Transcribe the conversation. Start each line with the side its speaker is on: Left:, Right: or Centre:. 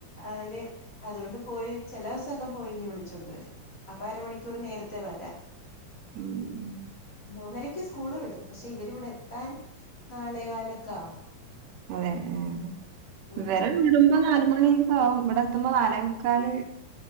Left: അതിന് അതോണ്ട് പോയി ചെലോസൊക്കെ പോയി ങ്ങ് വിളിച്ചൊണ്ട് വരും അപ്പ അരമണിക്കൂർ നേരത്തെ വരാം
Right: ഉം.
Left: മൂന്നരക്ക് സ്കൂള് വിടും. പക്ഷെ ഇവരിവിടെ എത്താൻ നാലേ കാലൊക്കെ ആവും.
Right: അതെ ഏഹ്
Left: ഉം
Right: ഇവരെ വിടുമ്പോ നാല് മ ണിയൊക്കെ ആവും. ഇവടെ എത്തുമ്പോ നാലേ മുക്കാല്